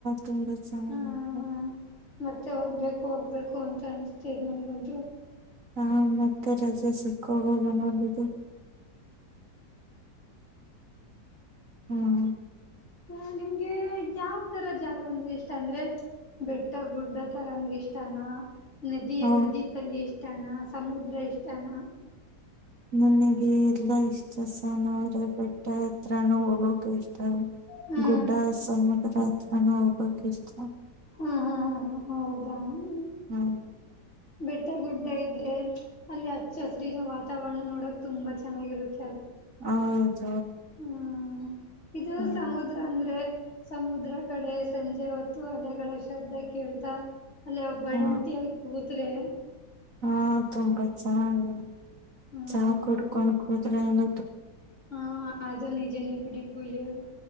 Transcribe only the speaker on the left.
ಹ್ಮ ಮತ್ತೆ ಹೋಗ್ಬೇಕು ಹೋಗ್ಬೇಕ್. ಕೋ ಅಂತ ಅನಿಸ್ತದ ನಂಗಂತ್ರು.
ಹ ನಿಮ್ಗೆ ಯಾವ ತರ ಜಾಗ ಅಂದ್ರೆ ಇಷ್ಟ ಅಂದ್ರೆ ಬೆಟ್ಟ ಗುಡ್ಡ ತರ ಅಂದ್ರೆ ಇಷ್ಟಾನ ನೆದಿಯ
ನದಿ ತಲ್ಲಿ. ಇಷ್ಟಾನ ಸಮುದ್ರ ಇಷ್ಟಾನ
ಹ್ಮ
ಹ್ಮ್ ಹ್ಮ್ ಹ್ಮ್ ಹ್ಮ್ ಹೌದಾ
ಬೆಟ್ಟ ಗುಡ್ಡ ಇದ್ರೆ ಅಲ್ಲಿ ಹಚ್ಚ ಹಸರಿನ ವಾತಾವರಣ ನೋಡಕ್ ತುಂಬಾ ಚೆನ್ನಾಗಿರುತ್.
ಹ್ಮ ಇದು
ಸಮುದ್ರ ಅಂದ್ರೆ ಸಮುದ್ರ ಕಡೆ ಸಂಜೆ ಹೊತ್ತು ಅಲೆಗಳ ಶಬ್ದ ಕೇಳ್ತಾ ಅಲ್ಲೇ ಒಬ್ ಬಂಟಿ
ಕು ಮತ್ತೆ ರಿ
ಹಾ
ಹೌದು
ಹಾ ಅದು ನಿಜಾ ನೆ ಬಿಡಿ ಗುಡಿ ಪೂಜೆರ್